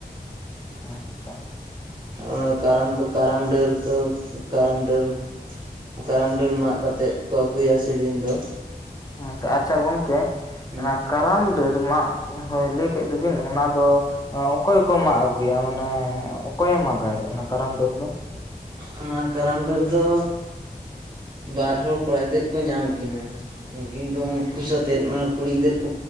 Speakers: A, on the left; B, on the right.
A: <unintelligible>
B: ᱚᱱᱟ ᱫᱚ ᱠᱟᱨᱟᱢ ᱫᱚ ᱠᱟᱨᱟᱢ ᱰᱟᱹᱨ ᱫᱚ ᱠᱟᱨᱟᱢ ᱰᱟᱹᱨ ᱠᱟᱨᱟᱢ ᱰᱟᱹᱨ ᱢᱟᱜ ᱠᱟᱛᱮᱜ ᱠᱚ ᱟᱹᱜᱩᱭᱟ ᱥᱮ ᱫᱤᱱ ᱫᱚ
A: ᱟᱪᱪᱷᱟ ᱟᱪᱪᱷᱟ ᱜᱚᱝᱠᱮ
B: ᱦᱩᱸ
A: ᱚᱱᱟ ᱠᱟᱨᱟᱢ ᱰᱟᱹᱨ ᱢᱟᱜ ᱦᱳᱭ ᱞᱟᱹᱭ ᱠᱮᱫ ᱫᱚ ᱵᱤᱱ ᱚᱱᱟ ᱫᱚ ᱚᱠᱚᱭ ᱠᱚ ᱢᱟᱜ ᱟᱹᱜᱩᱭᱼᱟ ᱢᱟᱱᱮ ᱚᱠᱚᱭᱮ ᱢᱟᱜᱟᱭ ᱚᱱᱟ ᱠᱟᱨᱟᱢ ᱰᱟᱹᱨ ᱫᱚ
B: ᱚᱱᱟ ᱠᱟᱨᱟᱢ ᱰᱟᱹᱨ ᱫᱚ ᱵᱟᱨ ᱦᱚᱲ ᱠᱚᱲᱟ ᱜᱤᱫᱟᱹᱨ ᱠᱚ ᱧᱟᱢ ᱠᱤᱱᱟ ᱩᱱᱠᱤᱱ
A: ᱦᱮᱸ
B: ᱫᱚ ᱩᱱᱠᱩ ᱥᱟᱛᱮᱫ ᱠᱩᱲᱤ ᱜᱤᱫᱟᱹᱨ ᱠᱚ